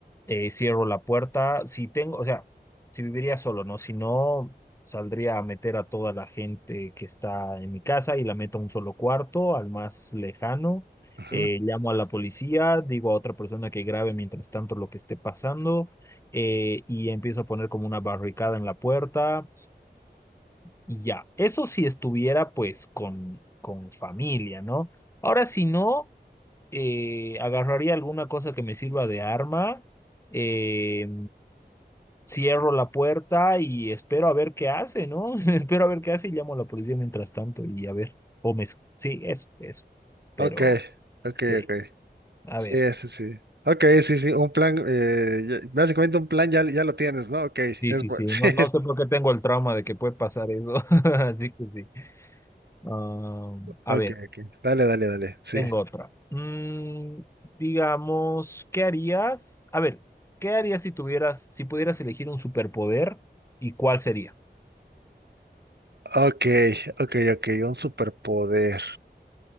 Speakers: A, on the left; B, on the right.
A: eh, cierro la puerta. Si tengo, o sea, si viviría solo, ¿no? Si no, saldría a meter a toda la gente que está en mi casa y la meto a un solo cuarto, al más lejano.
B: Ajá.
A: Eh, llamo a la policía, digo a otra persona que grabe mientras tanto lo que esté pasando eh, y empiezo a poner como una barricada en la puerta y ya, eso si estuviera pues con, con familia, ¿no? Ahora, si no, eh, agarraría alguna cosa que me sirva de arma, eh, cierro la puerta y espero a ver qué hace, ¿no? <laughs> Espero a ver qué hace y llamo a la policía mientras tanto y a ver, o me... es- Sí, eso, eso. Pero,
B: Ok, ok,
A: sí,
B: ok.
A: a
B: Sí,
A: ver.
B: sí, sí. Ok, sí, sí, un plan, eh, ya- básicamente un plan ya, ya lo tienes, ¿no? Ok, es
A: Sí, sí,
B: bueno.
A: sí,
B: <laughs> Sí,
A: no, no sé por qué tengo el trauma de que puede pasar eso, <laughs> así que sí. Ah,
B: Ok,
A: a ver.
B: ok. Dale, dale, dale. Sí.
A: Tengo otra. Mm, digamos, ¿qué harías? A ver, ¿qué harías si tuvieras, si pudieras elegir un superpoder y cuál sería?
B: Ok, ok, ok. Un superpoder.